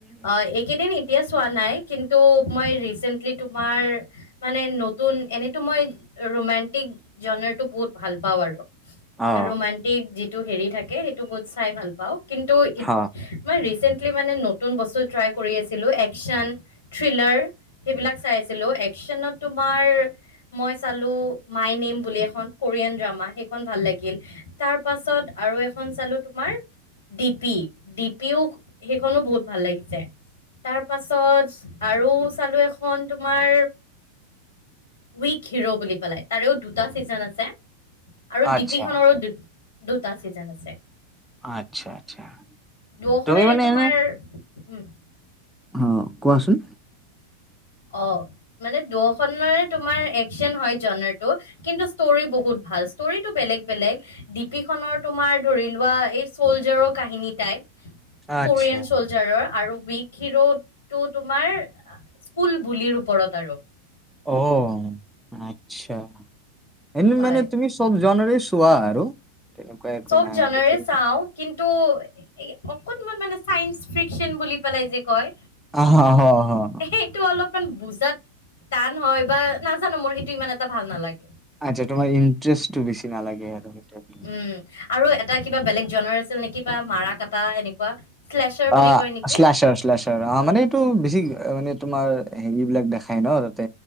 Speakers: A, on the left (about 65°); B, in the centre.
A: অ' এইকেইদিন এতিয়া চোৱা নাই। কিন্তু মই ৰিচেন্টলি তোমাৰ মানে নতুন এনেতো মই ৰোমণ্টিক জন্ টো বহুত ভাল পাওঁ আৰু
B: অ
A: ৰোমানণ্টিক যিটো হেৰি থাকে সেইটো বহুত চাই ভাল পাওঁ। কিন্তু ই
B: হ
A: মই ৰিচেন্টলি মানে ন। নতুন বস্তু ট্ৰাই কৰি আছিলোঁ একচন, থ্ৰিলাৰ। সেইবিলাক চাইছিলো। একচনত তোমাৰ মই চালো মাই নেম বুলি এখন কোৰিয়ান ড্ৰামা সেইখন ভাল লাগিল। তাৰ পাছত আৰু এখন চালো তোমাৰ ডিপি ডিপিও সেইখনো বহুত ভাল লাগিছে। তাৰ পাছত আৰু চালো এখন তোমাৰ উইক হিৰো বুলি পেলাই তাৰেও দুটা ছিজন আছে। আৰু
B: আচ্ছা
A: ডিপিখনৰো দু দুটা চিজন আছে।
B: আচ্ছা আচ্ছা
A: দুখনে
B: তুমি মানে
A: তোমাৰ
B: এনে
A: উম।
B: অ', কোৱাচোন।
A: অ', মানে দখৰে তোমাৰ একচন হয় জটো কিন্তু ষ্টৰি বুক বহুত ভাল ষ্টৰিটো বেলেগ। বেলেগ ডিপিখনৰ তোমাৰ ধৰি লোৱা এই চ'লজাৰৰ কাহিনী টাইপ।
B: আচ্ছা
A: কোৰিয়ান চলজাৰৰ আৰু উক হিৰোটো তোমাৰ কুল বুলিৰ ওপৰত আৰু।
B: অ', আচ্ছা। এনে
A: হয়
B: মানে তুমি চব জনৰে চোৱা আৰু। তেনেকুৱা একো
A: চব
B: নাই
A: জনৰে
B: আৰু
A: চাওঁ কিন্তু অকনমান মানে চাইন্স ফ্ৰিকচন বুলি পেলাই যে কয়
B: অ হ হ
A: সেইটো অলপ ইমান বুজাত টান হয় বা নাজানো মোৰ সেইটো ইমান এটা ভাল নালাগে।
B: আচ্ছা তোমাৰ ইণ্টাৰেষ্টটো বেছি নালাগে আৰু সেইটোৱে।
A: উম আৰু এটা কিবা বেলেগ জনৰ আছিল নেকি বা মাৰা কটা এনেকুৱা। শ্লেচাৰ
B: অ',
A: বুলি কয় নেকি
B: শ্লাছৰ শ্লাছৰ অ' মানে এইটো বেছি মানে তোমাৰ হেৰি বিলাক দেখাই ন তাতে